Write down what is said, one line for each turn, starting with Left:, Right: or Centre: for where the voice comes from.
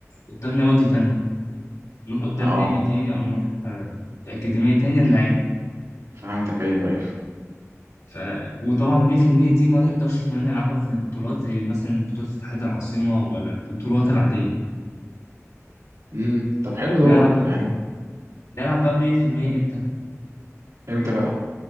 Left: قدام نوادي تانية نروح قدام
Right: اه
Left: نادي تاني أو نروح آه، في أكاديمية تانية نلعبهم
Right: فهمتك ايوه ايوه
Left: ف... وطبعا مية في المية دي ما نقدرش كمان نلعبها في البطولات زي مثلا بطولة اتحاد العاصمة ولا البطولات العادية
Right: امم طب حلو
Left: نلعب
Right: ده والله يعني
Left: نلعب بقى مية في المية إمتى؟
Right: امتى بقى